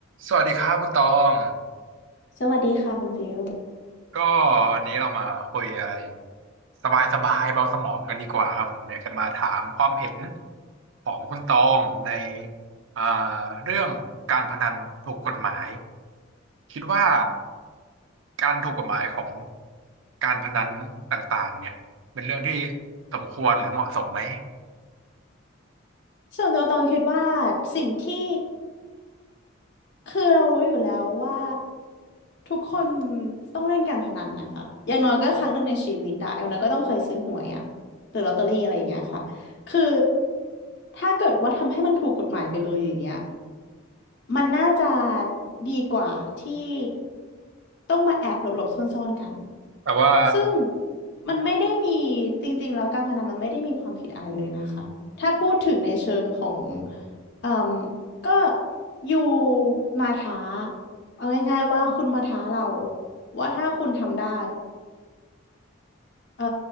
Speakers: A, on the right; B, on the left.
A: สวัสดีครับคุณตอง
B: สวัสดีค่ะคุณฟิล
A: ก็วันนี้เรามาคุยอะไรสบายสบายเบาสมองกันดีกว่าครับผมอยากจะมาถามความเห็นของคุณตองในอ่าเรื่องการพนันถูกกฎหมายคิดว่าการถูกกฎหมายของการพนันต่างๆเนี่ยเป็นเรื่องที่สมควรหรือเหมาะสมไหม
B: ส่วนตัวตองคิดว่าสิ่งที่คือเรารู้อยู่แล้วว่าทุกคนต้องเล่นการพนันนะคะอย่างน้อยก็ครั้งหนึ่งในชีวิตอะอย่างน้อยก็ต้องเคยซื้อหวยอะหรือลอตเตอรี่อะไรอย่างเงี้ยค่ะคือถ้าเกิดว่าทำให้มันถูกกฎหมายไปเลยอย่างเงี้ย มันน่าจะดีกว่าที่ต้องมาแอบหลบๆซ่อนๆกัน
A: แต่ว่า
B: ซึ่งมันไม่ได้มีจริงๆแล้วการพนันมันไม่ได้มีความผิดอะไรเลยนะคะ ถ้าพูดถึงในเชิงของเอ่มก็อยู่มาท้าเอาง่ายๆว่าคุณมาท้าเราว่าถ้าคุณทำได้เออ